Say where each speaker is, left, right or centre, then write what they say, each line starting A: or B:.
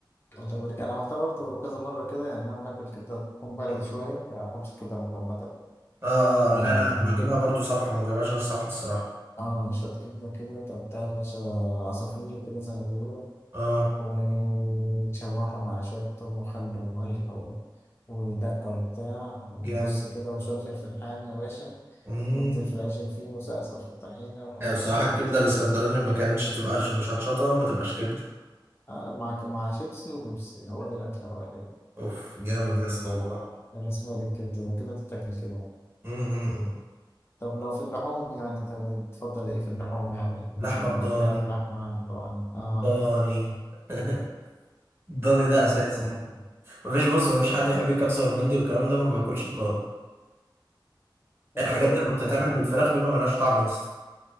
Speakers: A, on the left; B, on the right.
A: كبده بريك انا عملتها برضو كذا مره كده يعني انا بحب الكبده تكون بلدي
B: م-
A: شويه
B: م.
A: يعني ما بحبش الكبده المجمده
B: اه
A: اه
B: اه لا لا انا بجيبها برضو صبحة ما بجيبهاش غير صبحة الصراحة
A: اه شويه كبده كده تقطعها يا باشا عصافير كده زي ما بيقولوا
B: اه
A: وتشوحها مع شويه توم وخل وملح و... ودقه وبتاع والنص
B: جامد
A: كده وشويه فلفل حامي يا باشا
B: امم
A: وانزل في العيش الفين وسقسق في الطحينه
B: ايوه الصراحة
A: وودي
B: الكبدة الاسكندراني ما كانتش تبقى ش- مش هتشطة ما تبقاش كبدة
A: آه مع مع شيبسي وبيبسي هو ده الاكله بقى
B: اوف جامد
A: ال-
B: يا اسطى والله
A: الرسم ولا الكبدة ده كده بتتاكل كده
B: امم
A: طب لو في اللحوم يعني انت بتفضل ايه في اللحوم يعني مثلا
B: لحمة الضاني
A: فراخ لحمة ضاني اه
B: الضاني <laughs> الضاني ده
A: طب
B: اساسي
A: ما حلو ده
B: مفيش بص مفيش حد يحب الكبسة والمندي والكلام ده ما باكلش الضاني
A: انت
B: ايه الحاجات
A: ب... انت
B: دي لما بتتعمل
A: يعني
B: بالفراخ بيبقى ملهاش طعم يا اسطى